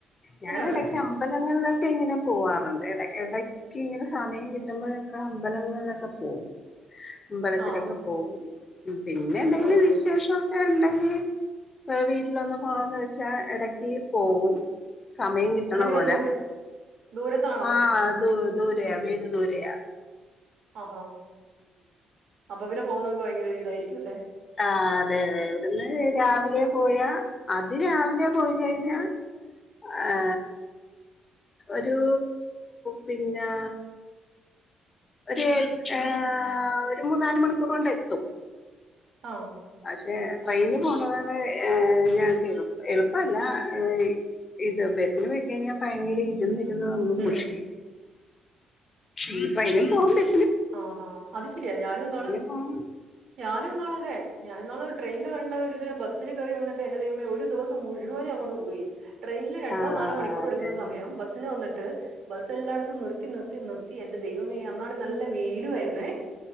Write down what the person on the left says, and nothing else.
ഞാനടക്ക്
അമ്പലങ്ങൾലോക്കെങ്ങനെ പോവാർ ആ അത് ഇടക്ക്ടക്ക്‌ങ്ങനെ സമയം കിട്ടുമ്പഴൊക്കെ അമ്പലങ്ങൾലൊക്കെ പോവും അമ്പലത്തിലക്കെ
പോവും പിന്നെ എന്തെങ്കിലും
വിശേഷൊ ക്കെണ്ടെങ്കിൽ വേ വീട്ടിലൊന്ന് പോണോന്ന് വെച്ചാ എടക്ക് പോവും സമയം കിട്ടണ
പോലെ
ആ അതൊ ദൂരെയ വീട് ദൂരെയ
ആ അതെ അതെ ഇവിട്ന്ന് രാവിലെ പോയാ അ തി രാവിലെ പോയി കഴിഞ്ഞാ ഏ ഒരൂ പിന്നാ ഒരു എ ഏ എതാ ഒരു മുന്നാല് മണിക്കൂറോണ്ട് എത്തും
പക്ഷെ ട്രെയിന് പോണതാണ് ഏ ഞങ്ങക്ക് എളുപ്പ എളുപ്പല്ല ഏ ഇ ഇത് ബെസ്സില് പോയിക്കഴിഞ്ഞാ ഭയ്ങ്കര ഇ ഇരുന്നു ഇരുന്നു നമ്മള്
മുഷിയും ഉം ട്രെയിനും പോവ പ
പോവാൻ
ആ
അതായത്